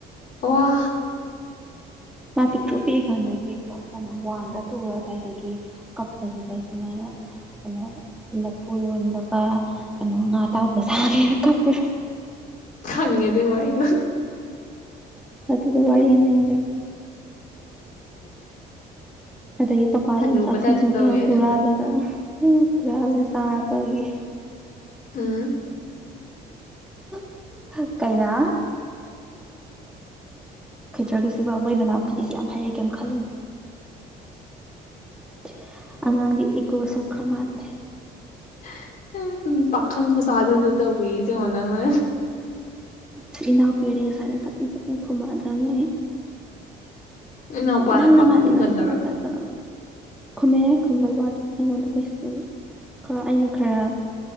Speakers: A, on the left; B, in the centre.
A: ꯋꯥ
B: ꯂꯥ ꯄꯤꯛꯇ꯭ꯔꯨ ꯄꯤꯛꯏ ꯀꯥꯟꯗꯒꯤ ꯀ꯭ꯂꯥꯁ ꯀꯩꯅꯣ ꯋꯥꯟꯗ ꯇꯨꯔ ꯑꯗꯨꯗꯥꯋꯥꯏꯗꯒꯤ ꯀꯞꯄꯁꯤꯗꯩꯁꯤꯅ ꯀꯩꯅꯣ ꯂꯐꯨ ꯌꯣꯟꯕꯒ ꯀꯩꯅꯣ ꯉꯥ ꯇꯥꯎꯕ ꯁꯥꯒꯦꯅ ꯀꯞꯄꯦ
A: ꯈꯪꯉꯦ ꯑꯗꯨꯏ ꯋꯥꯔꯤꯗꯣ
B: ꯑꯗꯨꯗ ꯋꯥꯔꯤꯅꯩꯅ ꯑꯗꯒꯤ ꯄꯄꯥ
A: ꯍꯅꯨꯕ
B: ꯌꯣꯡꯆꯥꯛꯁꯤꯡꯁꯨ
A: ꯇꯥꯏꯞꯇ ꯇꯧꯋꯦꯅ
B: ꯈꯔ ꯍꯨꯔꯥꯜꯂꯒ ꯎꯝ ꯍꯨꯔꯥꯟꯂꯒ ꯆꯥꯕꯒꯤ
A: ꯑꯝ
B: <inaudible> ꯀꯩꯅꯣ ꯈꯩꯗ꯭ꯔꯒ ꯁꯤꯕ ꯃꯣꯏ ꯃꯅꯥꯎꯄꯤꯒꯤꯁꯤꯦ ꯌꯥꯝ ꯍꯥꯏꯔꯛꯀꯦ ꯈꯜꯂꯨꯅꯤ <inaudible> ꯑꯉꯥꯡꯒꯤ ꯏꯀꯣ ꯁꯣꯛꯈ꯭ꯔ ꯃꯥꯜꯂꯦ
A: <inaudible> ꯃꯆꯥꯗꯨꯗ ꯇꯧꯋꯤ ꯌꯦꯡꯉꯣ ꯅꯪꯅ
B: ꯁꯤꯅ ꯄꯦꯔꯦꯟꯁ ꯍꯥꯏꯗ ꯆꯕꯦꯡ ꯆꯕꯦꯡ ꯊꯣꯝꯃꯛꯑꯗꯝꯅꯤ ꯑꯩ
A: ꯏꯅꯥꯎꯄꯥꯅ
B: ꯅꯪꯅ
A: ꯄꯥꯈꯪꯒꯟꯗꯧꯔ
B: ꯃꯥꯗꯤꯕꯁꯅꯄꯠꯇ ꯈꯨꯝꯃꯦ ꯌꯥꯏ ꯈꯨꯝꯕꯩ ꯋꯥꯗꯤ ꯑꯩꯉꯣꯟꯗ ꯀꯩꯁꯨ ꯈꯔ ꯑꯩꯅ ꯈꯔ